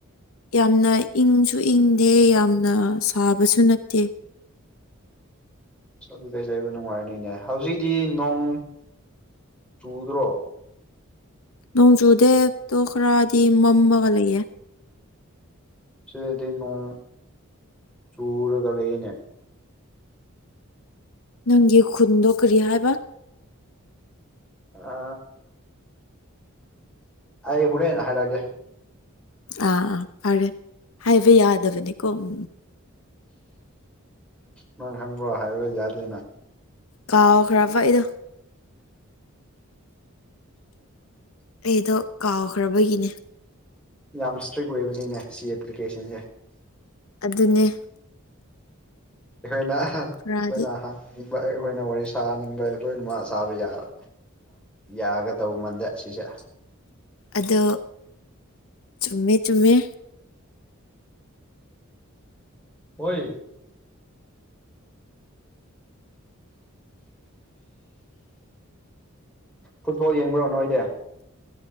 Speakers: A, on the left (about 80°); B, in the centre.
A: ꯌꯥꯝꯅ ꯏꯪꯁꯨ ꯏꯪꯗꯦ ꯌꯥꯝꯅ ꯁꯥꯕꯁꯨ ꯅꯠꯇꯦ
B: ꯑꯁ ꯑꯗꯨꯗꯩ ꯂꯩꯕ ꯅꯨꯡꯉꯥꯏꯔꯅꯤꯅꯦ ꯍꯧꯖꯤꯛꯇꯤ ꯅꯣꯡ ꯆꯨꯗ꯭ꯔꯣ
A: ꯅꯣꯡꯖꯨꯗꯦ ꯑꯗꯨꯣ ꯈꯔꯗꯤ ꯃꯝꯃꯒ ꯂꯩꯌꯦꯦ
B: ꯁꯤꯗꯗꯤ ꯅꯣꯡ ꯆꯨꯔꯒ ꯂꯩꯌꯦꯅꯦ
A: ꯅꯪꯒꯤ ꯈꯨꯟꯗꯣ ꯀꯔꯤ ꯍꯥꯏꯕ
B: ꯑ ꯑꯩ ꯍꯣꯔꯦꯟ ꯍꯥꯏꯔꯛꯑꯒꯦ
A: ꯑꯥ ꯑꯥ ꯐꯔꯦ ꯍꯥꯏꯕ ꯌꯥꯗꯕꯅꯤꯀꯣ ꯎꯝ
B: ꯅꯪ ꯈꯪꯕ꯭ꯔꯣ ꯍꯥꯏꯔꯥ ꯌꯥꯗꯦꯅ
A: ꯀꯥꯎ ꯈ꯭ꯔ ꯐ ꯑꯩꯗꯣ ꯑꯩꯗꯣ ꯀꯥꯎꯈ꯭ꯔꯕꯒꯤꯅꯦ
B: ꯌꯥꯝ ꯏꯁꯇ꯭ꯔꯤꯛ ꯑꯣꯏꯕꯅꯤꯅꯦ ꯁꯤ ꯑꯦꯄ꯭ꯂꯤꯀꯦꯁꯟꯁꯦ
A: ꯑꯗꯨꯅꯦ
B: ꯑꯩꯈꯣꯏꯅ ꯑꯩꯈꯣꯏꯅ
A: ꯈꯔꯗꯤ
B: ꯍꯪꯅꯤꯡꯕ ꯑꯩꯈꯣꯏꯅ ꯋꯥꯔꯤ ꯁꯥꯅꯤꯡꯕ ꯂꯣꯏꯅꯃꯛ ꯆꯥꯕ ꯌꯥꯕ ꯌꯥꯒ ꯇꯧꯕ ꯃꯜꯗꯦ ꯁꯤꯁꯦ
A: ꯑꯗꯣ ꯆꯨꯝꯃꯦ ꯆꯨꯝꯃꯦ
B: ꯑꯣꯏ ꯐꯨꯠꯕꯣꯜ ꯌꯦꯡꯕ꯭ꯔꯣ ꯅꯣꯏꯗꯤ